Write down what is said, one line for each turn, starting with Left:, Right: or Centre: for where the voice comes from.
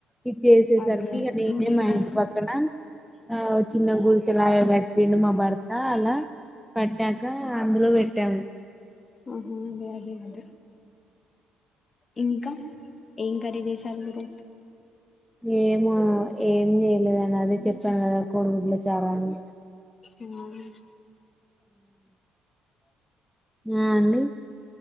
Centre: ఇచ్చేసేసరికి
Left: అదే అదే
Centre: అది
Left: ఇంకేంటండి
Centre: మా ఇంటి పక్కన ఆ చిన్న గుడిచలాకట్టి దిన్ని మా బర్తా అలా కట్టాక అందులో పెట్టాము
Left: ఆహా అదే అదే అదే ఇంకా ఏం కర్రీ చేసారు మీరు
Centre: ఏమా ఏం చేయలేద అదే చెప్పాను కదా కోడిగుడ్ల చారాను
Left: ఉమ్
Centre: ఆ అండి